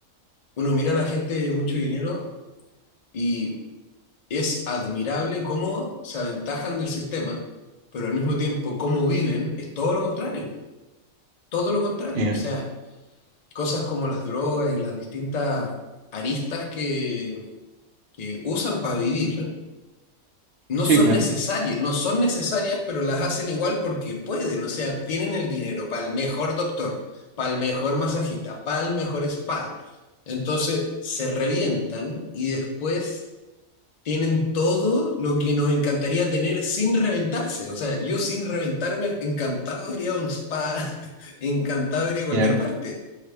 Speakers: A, on the left (about 45°); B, on the right (about 60°).
A: uno mira a la gente de mucho dinero y es admirable cómo se aventajan del sistema, pero al mismo tiempo cómo viven es todo lo contrario, todo lo contrario.
B: Cierto.
A: O sea, cosas como las drogas y las distintas aristas que, que usan para vivir no
B: Sí,
A: son
B: claro.
A: necesarias, no son necesarias, pero las hacen igual porque pueden. O sea, tienen el dinero para el mejor doctor, para el mejor masajista, para el mejor spa. Entonces se revientan y después tienen todo lo que nos encantaría tener sin reventarse. O sea, yo sin reventarme, encantado iría a un spa, <laughs> encantado iría a cualquier
B: Cierto.
A: parte.